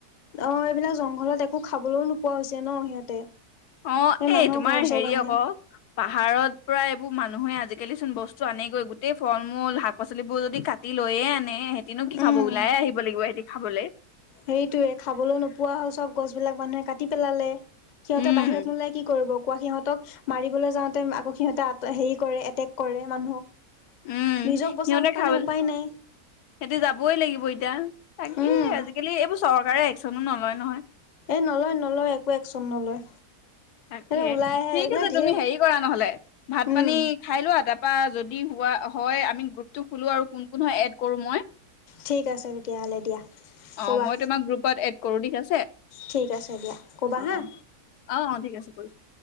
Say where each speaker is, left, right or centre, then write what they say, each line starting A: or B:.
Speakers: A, on the left; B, on the left.
A: অঁ, এইবিলাক জংঘলত একো খাবলো নোপোৱা হৈছে ন' সিহঁতে।
B: অঁ,
A: মানুহৰ
B: এই তোমাৰ
A: ঘৰ চৰ
B: হেৰি
A: ভাঙে।
B: আক' পাহাৰত পৰা এইবোৰ মানুহে আজিকালি চোন বস্তু আনেগৈ গোটেই ফল-মূল শাক পাচলিবোৰ যদি কাটি লৈয়ে আনে হেতিনো কি
A: উম,
B: খাব? ওলাই আহিব লাগিব সিহঁতি খাবলে।
A: সেইটোৱে খাবলৈ নোপোৱা হ'ল চব গছ বিলাক মানুহে কাটি পেলালে। সিহঁতে
B: উম
A: বাহিৰত নোলাই কি কৰিব কোৱা? সিহঁতক মাৰিবলৈ যাওঁতে আকৌ সিহঁতে হেৰি কৰে এটেক কৰে মানুহক।
B: উম, হো
A: নিজক বচাবৰ
B: সিহঁতে
A: কাৰণে
B: খাবলে
A: উপায় নাই
B: হেতি যাবই লাগিব এতিয়া। তাকে,
A: উম
B: আজিকালি এইবোৰ চৰকাৰে এক্সনো নলয় নহয়।
A: এ নলয় নলয় একো এক্সন নলয়।
B: তাকে
A: এ ওলাই আহে
B: ঠিক
A: এইবিলাক
B: আছে।
A: ঢেৰ
B: তুমি হেৰি কৰা নহ'লে ভাত-পানী
A: উম
B: খাই লোৱা। তাৰপৰা যদি হোৱা হয় আমি গ্ৰুপটো খুলো আৰু কোন কোন হয় এড কোৰো মই।
A: ঠিক আছে তেতিয়া হ'লে দিয়া। ক'বা
B: অঁ, মই তোমাক গ্ৰুপত এড কৰোঁ ঠিক আছে। অঁ,
A: ঠিক আছে দিয়া ক'বা হা
B: অঁ। অঁ, অঁ ঠিক আছে কৰিছোঁ।